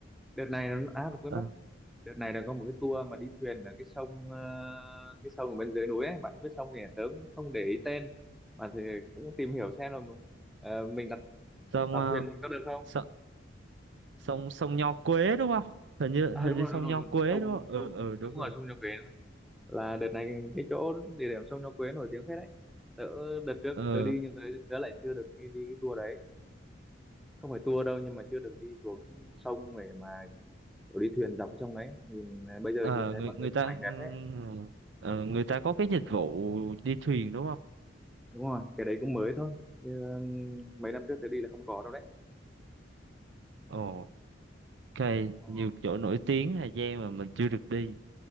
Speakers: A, in the centre; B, on the right.
A: đợt này nó à được quên
B: Ờ,
A: mất đợt này là có một cái tour mà đi thuyền ở cái sông ờ, cái sông ở bên dưới núi ấy bạn có biết sông gì à? tớ cũng không để ý tên bạn thì cũng tìm hiểu xem là ờ, mình đặt
B: xong
A: đặt thuyền có được không
B: uh, sông sông Nho Quế đúng không hình như
A: à
B: hình
A: đúng
B: như
A: rồi
B: sông
A: đúng rồi
B: Nho
A: đúng
B: Quế
A: rồi. sông
B: đúng không ừ
A: sông
B: ừ
A: đúng
B: đúng
A: rồi
B: rồi
A: sông Nhật Việt là đợt này cái chỗ địa điểm sông Nho Quế nổi tiếng phết đấy tớ đợt trước
B: ờ
A: tớ đi nhưng tớ, tớ lại chưa được đi, đi cái tour đấy không phải tour đâu nhưng mà chưa được đi xuống sông để mà kiểu đi thuyền dọc cái sông đấy nhìn bây giờ
B: ờ,
A: nhìn thấy
B: người
A: mọi
B: người
A: người
B: ta
A: chụp ảnh đẹp
B: ừm,
A: đấy
B: ờ, người ta có cái dịch vụ đi thuyền đúng không
A: đúng rồi cái đấy cũng mới thôi Như, um, mấy năm trước tớ đi là không có đâu đấy
B: ồ ok
A: Ờ.
B: nhiều chỗ nổi tiếng Hà Giang mà mình chưa được đi